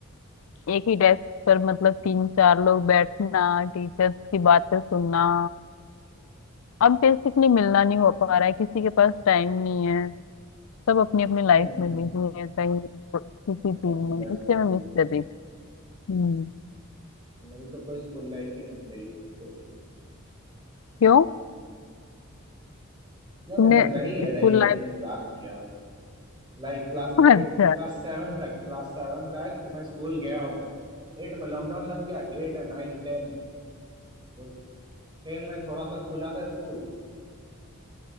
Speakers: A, on the left; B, on the right.
A: एक ही डेस्क पर मतलब तीन चार लोग बैठना टीचर्स की बातें सुनना अब बेसिकली मिलना नहीं हो पा रहा है किसी के पास टाइम नहीं है सब अपनी अपनी
B: हम्म
A: लाइफ में बिजी है कहीं को- किसी
B: तब
A: चीज
B: अपनी
A: में
B: लाइफ
A: इसलिए
B: में
A: मैं
B: गई
A: मिस
B: है
A: कर रही थी हम्म
B: मेरी तो कोई स्कूल लाइफ ही नहीं रही तो
A: क्यों
B: क्यों
A: तुमने
B: नहीं मेरी रही
A: स्कूल
B: है रही है
A: लाइफ
B: मैंने मजाक किया लाइक क्लास
A: <laughs> अच्छा
B: एट क्लास सेवन तक क्लास सेवन तक मैं स्कूल गया हूँ एट में लॉकडाउन लग गया एट है, नाइन टेन वो टेन में थोड़ा सा खुला था स्कूल